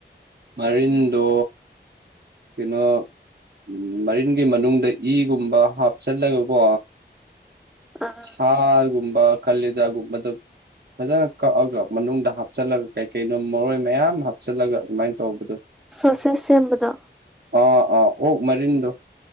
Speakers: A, on the right (about 60°); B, in the centre.
A: ꯃꯔꯤꯟꯗꯣ ꯀꯩ ꯅꯣ ꯎꯝ ꯃꯔꯤꯟꯒꯤ ꯃꯅꯨꯡꯗ ꯏꯒꯨꯝꯕ ꯍꯥꯞꯆꯜꯂꯒꯀꯣ
B: ꯑꯥ ꯑꯥ
A: ꯍꯥꯥꯒꯨꯝꯕ ꯀꯂꯦꯖꯒꯨꯝꯕ ꯐꯖꯅ ꯀꯛꯑꯒ ꯃꯅꯨꯡꯗ ꯍꯥꯞꯆꯤꯜꯂꯒ ꯀꯩ ꯀꯩꯅꯣ ꯃꯔꯣꯏ ꯃꯌꯥꯝ ꯍꯥꯞꯆꯤꯜꯂꯒ ꯑꯗꯨꯃꯥꯏꯅ ꯇꯧꯕꯗꯨꯣ
B: ꯁꯣꯁꯦ ꯁꯦꯝꯕꯗ
A: ꯑꯥ ꯑꯥ ꯑꯣꯛ ꯃꯔꯤꯟꯗꯨ